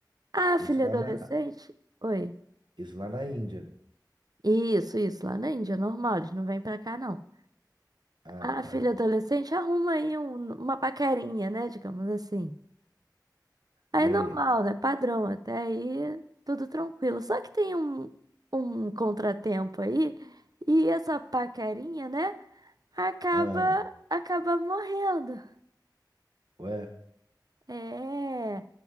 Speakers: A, on the right; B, on the right.
A: a
B: Isso
A: filha
B: lá
A: adolescente.
B: na,
A: Oi.
B: isso lá na Índia.
A: Isso, isso, lá na Índia, normal, eles não vêm pra cá, não.
B: Ah,
A: A
B: tá.
A: filha adolescente arruma aí um- uma paquerinha, né? Digamos assim. Aí
B: E
A: é normal,
B: aí?
A: né? Padrão, até aí tudo tranquilo. Só que tem um, um contratempo aí e essa paquerinha, né? Acaba,
B: Ah,
A: acaba morrendo.
B: ué,
A: É.